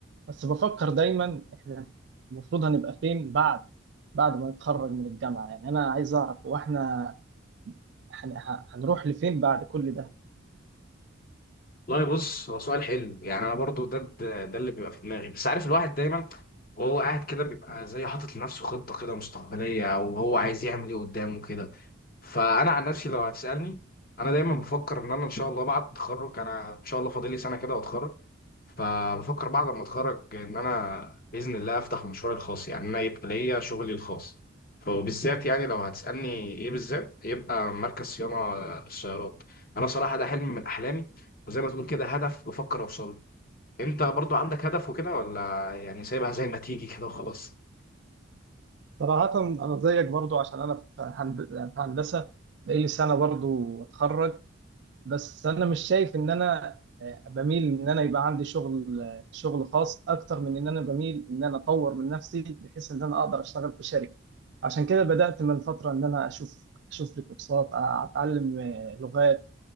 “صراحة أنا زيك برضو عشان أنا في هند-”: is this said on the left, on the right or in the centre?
Right